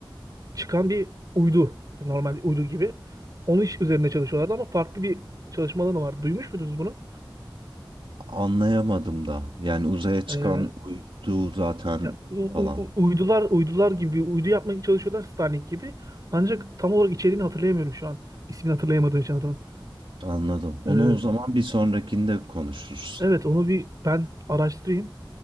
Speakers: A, on the right; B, on the right.
A: çıkan bir uydu, normal bir uydu gibi. Onun iş üzerine çalışıyorlardı ama farklı bir çalışma alanı vardı. Duymuş muydunuz bunu?
B: Anlayamadım da. Yani uzaya çıkan
A: Ee,
B: uydu zaten
A: Ya, u-
B: falan.
A: u- u- uydular uydular gibi uydu yapmaya çalışıyorlar Starlink gibi. Ancak tam olarak içeriğini hatırlayamıyorum şu an. İsmini hatırlayamadığım için adamın.
B: Anladım. Onu
A: Ee,
B: o zaman bir sonrakinde konuşuruz.
A: evet onu bir ben araştırayım.